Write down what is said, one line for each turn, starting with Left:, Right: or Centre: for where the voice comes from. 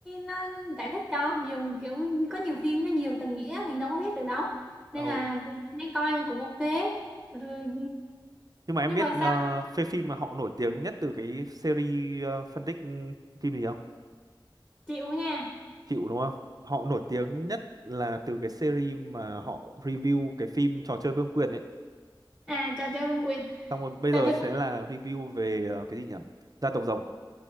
Centre: nó giải thích cho nhiều kiểu có nhiều phim nó nhiều tầng nghĩa mình đâu có biết được đâu nên
Right: ồ
Centre: là lên đấy coi cũng ok rồi,
Right: nhưng mà em
Centre: nhưng
Right: biết
Centre: mà
Right: ờ,
Centre: sao
Right: phê phim mà họ nổi tiếng nhất từ cái series ờ, phân tích ừ, phim gì không
Centre: chịu nha
Right: chịu đúng không họ nổi tiếng nhất là từ cái series mà họ review cái phim trò chơi vương quyền ấy
Centre: à trò chơi vương quyền
Right: xong rồi bây
Centre: trò
Right: giờ
Centre: chơi
Right: sẽ là review về ờ, cái gì nhỉ gia tộc rồng